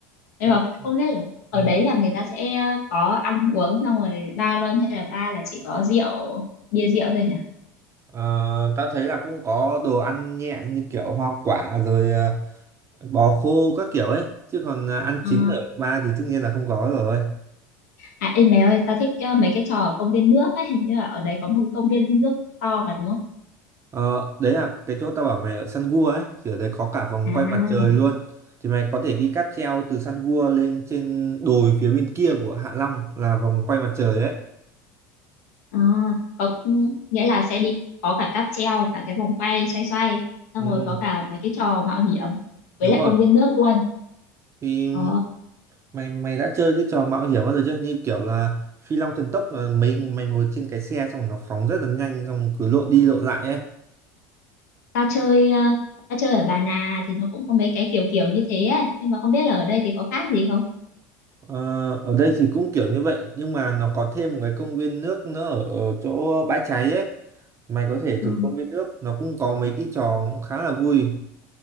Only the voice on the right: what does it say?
Dạ.
Ừ.
Ờ, tao thấy là cũng có đồ ăn nhẹ như kiểu hoa quả rồi ờ, bò khô các kiểu ấy chứ còn ờ, ăn
chính ở ba thì tất nhiên là không có rồi
Ờ, đấy là cái chỗ tao bảo mày ở Sun Gua ấy thì ở đấy có cả vòng
quay mặt trời luôn thì mày có thể đi cáp treo từ Sun Gua lên trên đồi phía bên kia của Hạ Long là vòng quay mặt trời ấy
ừ.
đúng
rồi
thì
mày mày đã chơi cái trò mạo hiểm bao giờ chưa như kiểu là phi long thần tốc là mấy mày ngồi trên cái xe xong nó phóng rất là nhanh xong cứ lộn đi lộn lại ấy
ờ, ở đây thì cũng kiểu như vậy nhưng mà nó có thêm một cái công viên nước nữa ở, ở chỗ bãi cháy ấy mày có thể thử
công viên nước nó cũng có mấy cái trò cũng khá là vui